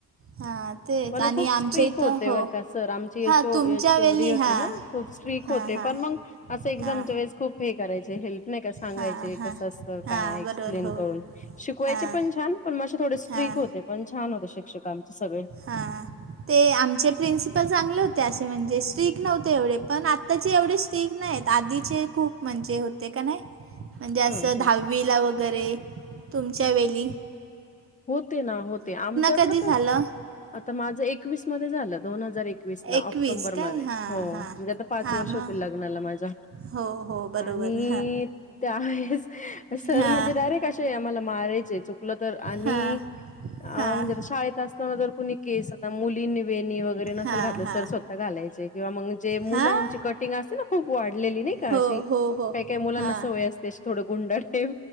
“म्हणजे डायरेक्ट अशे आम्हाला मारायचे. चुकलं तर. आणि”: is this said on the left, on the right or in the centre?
Left